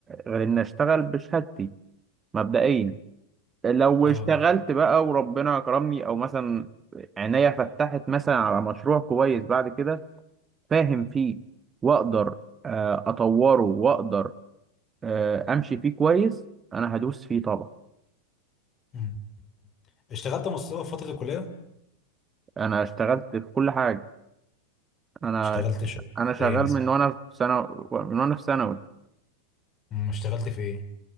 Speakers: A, on the right; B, on the left.
A: غير إن أشتغل بشهادتي مبدئيا لو
B: اه
A: اشتغلت بقى وربنا كرمني أو مثلا عينيا فتحت مثلا على مشروع كويس بعد كده فاهم فيه وأقدر آه، أطوره وأقدر آه، أمشي فيه كويس أنا هدوس فيه طبعا
B: مم. اشتغلت يا مصطفى في فتره الكليه
A: أنا اشتغلت في كل حاجة أنا
B: اشتغلت شغل
A: أنا شغال
B: زي ايه مثلا
A: من وأنا في سنة من وأنا في ثانوي
B: مم. اشتغلت في ايه